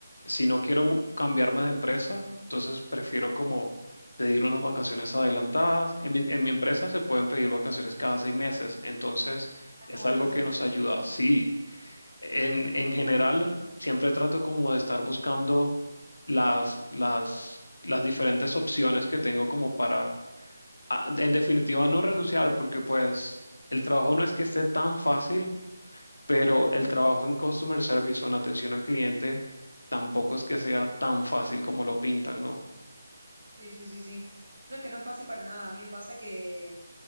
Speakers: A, on the left; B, on the right.
A: si no quiero mu- cambiarme de empresa, entonces prefiero como pedir unas vacaciones adelantadas. En mi, en mi empresa se pueden pedir vacaciones cada seis meses, entonces
B: Ah,
A: es
B: qué bueno
A: algo
B: eso.
A: que nos ayuda. Sí, en, en general siempre trato como de estar buscando las, las, las diferentes opciones que tengo como para a- en definitiva, no renunciar, porque pues el trabajo no es que esté tan fácil, pero
B: Ujú.
A: el trabajo en customer service o en atención al cliente tampoco es que sea tan fácil como lo pintan, ¿no?
B: Sí, sí, sí, sí. No, es que no es fácil para nada. A mí me pasa que,